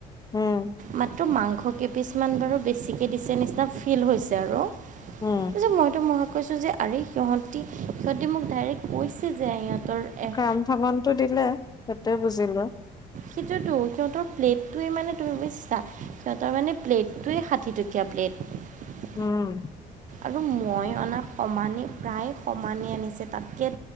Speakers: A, on the left; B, on the right.
A: হুম।
B: মাত্ৰ মাংস কেইপিচমান বাৰু বেছিকে দিছে নিচিনা ফিল হৈছে আৰু।
A: হুম।
B: তাৰপিছত মইতো মহাক কৈছো যে আৰে সিহঁতি সিহঁতি মোক ডাইৰেক্ট কৈছে যে সিহঁতৰ এক
A: ৰাম ঠগনটো দিলে সেইটোয়ে বুজিলো।
B: সেইটোৱেটো সিহঁতৰ প্লেটোৱে মানে তুমি বুজিছা সিহঁতৰ মানে প্লেটোৱে ষাঠি টকীয়া প্লেট। <unintelligible>
A: উম।
B: আৰু মই অনা সমানেই প্ৰায় সমানেই আনিছে তাতকে